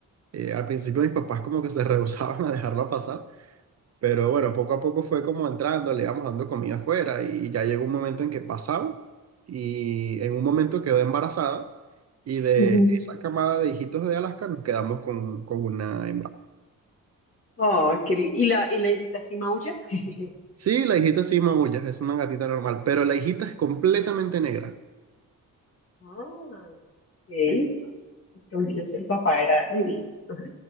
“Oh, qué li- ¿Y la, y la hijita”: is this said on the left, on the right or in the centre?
Left